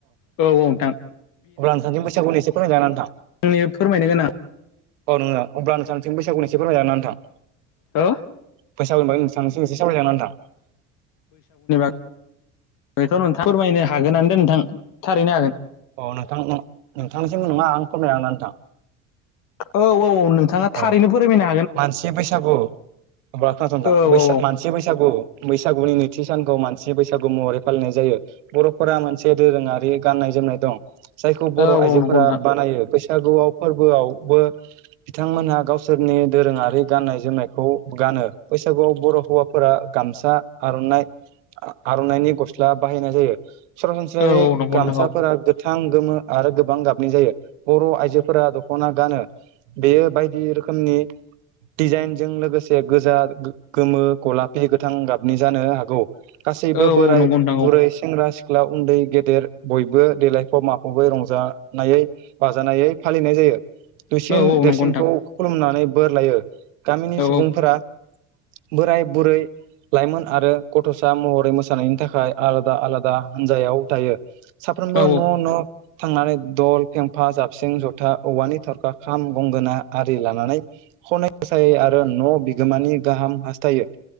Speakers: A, on the left (about 65°); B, on the right (about 85°).
A: औ औ नोंथां।
B: अब्ला <unintelligible> बैसागु <unintelligible> नोंथां
A: आंनो फोरमायनो गोनां
B: औ नोङो अब्ला <unintelligible> बैसागुनि <unintelligible> थां
A: हो
B: <unintelligible>
A: बेथ' नोंथाङा फोरमायनो हागोनानो दे नोंथां थारैनो हागोन
B: अ नोंथां नोंथांनिसिमबो नङा आं <unintelligible> नोंथां
A: औ औ औ नोंथाङा थारैनो
B: अ
A: फोरमायना
B: मानसि बैसागु <unintelligible> बैसा
A: औ औ औ
B: मानसि बैसागु बैसागुनि नैथि सानखौ मानसि बैसागु महरै फालिनाय जायो बर'फोरा मोनसे दोरोङारि गाननाय जोमनाय दं जायखौ बर'
A: औ
B: आइजोफोरा
A: औ नंगौ नोंथां
B: बानायो बै बैसागुआव फोरबोआवबो बिथांमोनहा गावसोरनि दोरोङारि गाननाय जोमनायखौ गानो बैसागुआव बर' हौवाफोरा गामसा आर'नाइ आर'नाइनि गस्ला बाहायनाय जायो सरासनस्रायै
A: औ औ नंगौ
B: गामसाफोरा
A: नोंथां औ
B: गोथां गोमो आरो गोबां गाबनाय जायो बर' आइजोफोरा दख'ना गानो बेयो बायदि रोखोमनि दिजाइनजों लोगोसे गोजा गोमो गलाफि गोथां गाबनि जानो हागौ गासैबो
A: औ
B: बोराय
A: औ नंगौ नोंथां
B: बुरै सेंग्रा सिख्ला सिख्ला उनदै गेदेर बयबो देलायफब माफबबै रंजानाय बाजानायै फालिनाय जायो
A: औ
B: दुइसिन
A: औ औ
B: देरसिनखौ
A: नंगौ नोंथां
B: खुलुमनानै बोर लायो गामिनि
A: औ
B: सुबुंफोरा बोराय बुरै लाइमोन आरो गथ'सा महरै मोसानायनि थाखाय आलादा आलादा हानजायाव थायो साफ्रोमबो
A: औ
B: न'
A: औ
B: न' थांनानै दल फेंफा जाबसिं ज'था औवानि थरखा खाम गंगोना आरि लानानै खनै मोसायै आरो न' बिगोमानि गाहाम हासथायो